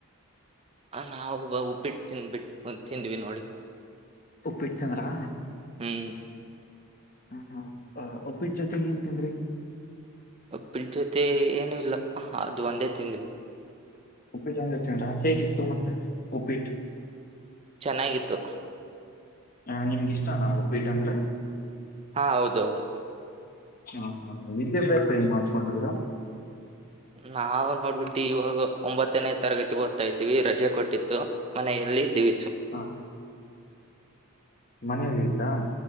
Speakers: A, on the right (about 25°); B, on the left (about 40°).
A: ಆ, ನಾವು ಉಪ್ಪಬಿಟ್ಟು ತಿಂದ್ಬಿಟ್ಟು ತಿಂದ್ವಿ ನೋಡಿ
B: ಉಪ್ಪಿಡ್ತಂದ್ರಾ
A: ಹ್ಮ್
B: ಹ ಹಾ ಒಪ್ಪಿಟ್ ಜೊತೆ ಏನ್ ತಿಂದ್ರಿ
A: ಫಿಜ್ ಜೊತೆ ಏನು ಇಲ್ಲಾ ಅದು ಒಂದೇ ತಿಂದವಿ
B: ಉಪ್ಪಿಟ್ ಹೆಂಗ ಇತ್ತೂ ರಾ ಹೇಗಿತ್ತು ಮತ್ತೆ ಉಪ್ಪಿಟ್
A: ಚೆನ್ನಾಗಿತ್ತು
B: ಹ ನಿಮ್ಗಿಷ್ಟನಾ ಉಪೀಟ್ಟ ಅಂದ್ರ
A: ಹಾ ಹೌದೌದು
B: ಹಾ ಹಾ ಇದೇ ಪೈನ್ ಮಾಡ್ಕೊಂಡಿದ್ದೀರಾ
A: ನಾವು ನೋಡ್ಬಿಟ್ಟಿ ಇವಾಗ ಒಂಬತ್ತನೇ ತರಗತಿ ಗೊತ್ತು ಕೊತಾ ಇದ್ವಿ ರಜೆ ಕೊಟ್ಟಿತ್ತು ಮನೆಯಲ್ಲಿದಿವ
B: ಹಾ ಮನೆಯಲ್ಲಿದ್ರಾ